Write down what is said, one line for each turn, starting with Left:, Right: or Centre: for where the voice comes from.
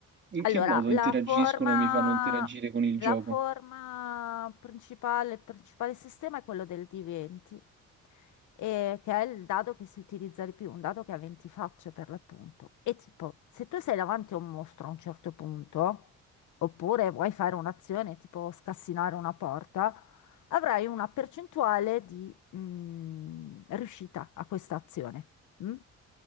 Right: In che
Left: Allora,
Right: modo interagiscono
Left: la forma,
Right: e mi fanno interagire con il gioco?
Left: la forma principale, il principale sistema è quello del D20, eh, che è il dado che si utilizza di più, un dado che ha 20 facce per l'appunto. E tipo, se tu sei davanti a un mostro a un certo punto, oppure vuoi fare un'azione tipo scassinare una porta, avrai una percentuale di mm, riuscita a questa azione. mm?